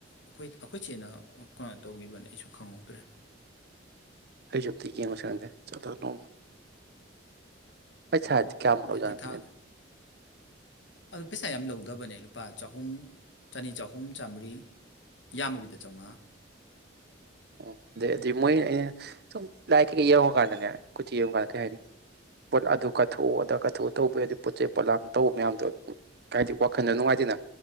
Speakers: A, on the left; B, on the right.
A: ꯑꯩꯈꯣꯏ ꯆꯦꯠꯅ ꯀꯩꯅꯣ ꯇꯧꯕꯤꯕꯅꯦ ꯑꯩꯁꯨ ꯈꯪꯍꯧꯗ꯭ꯔꯦ꯫
B: ꯑꯩꯁꯨ ꯑꯝꯇ ꯌꯦꯉꯨꯁꯤꯔ ꯈꯪꯗꯦ ꯆꯠꯂ ꯅꯣꯡꯃ꯫ ꯄꯩꯁꯥꯗꯤ ꯀꯌꯥꯃꯨꯛ
A: ꯗꯀꯤ
B: ꯑꫭꯏꯖꯥꯅꫭ
A: ꯊꯥ
B: ꯈꯪꯗꯦꯅꯦ꯫
A: ꯑꯗꯨ ꯄꯩꯁꯥ ꯌꯥꯝ ꯂꯧꯗꯕꯅꯦ ꯂꯨꯄꯥ ꯆꯍꯨꯝ ꯆꯅꯤ ꯆꯍꯨꯝ ꯆꯥꯃꯔꯤ ꯌꯥꯝꯃꯕꯤꯗ ꯆꯧꯉꯥ꯫
B: ꯑꯣ ꯑꯗꯩ ꯑꯗꯨꯗꯤ ꯃꯣꯏ ꯑꯩꯅ ꯁꯨꯝ ꯂꯥꯏ ꯀꯩꯀꯩ ꯌꯦꯡꯉꯨꯀꯥꯟꯗꯅꯦ ꯀꯨꯊꯤ ꯌꯦꯡꯉꯨꯀꯥꯟꯗ꯫ ꯀꯩ ꯍꯥꯏꯅꯤ ꯄꫭꯠ ꯑꯗꯨꯛ꯫ ꯀꯠꯊꯣꯛꯎ ꯑꯗ ꯀꯠꯊꯣꯛꯑꫭ ꯇꯧꯕ ꯍꯥꯏꯗꯤ ꯄꯣ ꯆꯩ ꯄꯣꯠꯂꯥꯡ ꯇꯧꯕ ꯃꯌꯥꯝꯗꯣ ꯑꯗꯨꯝ ꯀꯩꯍꯥꯏꯗꯤ ꯋꯥꯈꯜꯗ ꯅꯨꯡꯉꯥꯏꯇꯅ